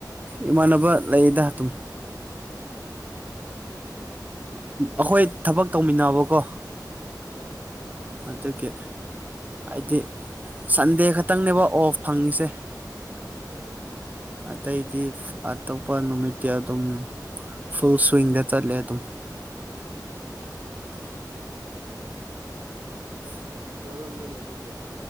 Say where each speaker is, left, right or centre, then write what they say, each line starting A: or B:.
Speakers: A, on the right; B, on the right.
A: ꯏꯃꯥꯟꯅꯕ ꯂꯩꯌꯦꯗ ꯑꯗꯨꯝ ꯑꯩꯈꯣꯏ ꯊꯕꯛ ꯇꯧꯃꯤꯟꯅꯕꯀꯣ
B: ꯑꯣ ꯍꫭꯏ ꯍꯣꯏ
A: ꯑꯗꯨꯒꯤ ꯍꯥꯏꯗꯤ ꯁꯟꯗꯦ ꯈꯛꯇꯪꯅꯦꯕ ꯑꯣꯐ ꯐꯪꯉꯤꯁꯦ
B: ꯑꯣ
A: ꯑꯇꯩꯗꯤ ꯑꯇꯣꯞꯄ ꯅꯨꯃꯤꯠꯇꯤ ꯑꯗꯨꯝ ꯐꯨꯜ ꯁꯨꯏꯏꯪꯗ ꯆꯠꯂꯦ ꯑꯗꯨꯝ <unintelligible>
B: ꯋꯥꯔꯝꯅꯤꯅꯦ ꯑꯗꯨꯗꯤ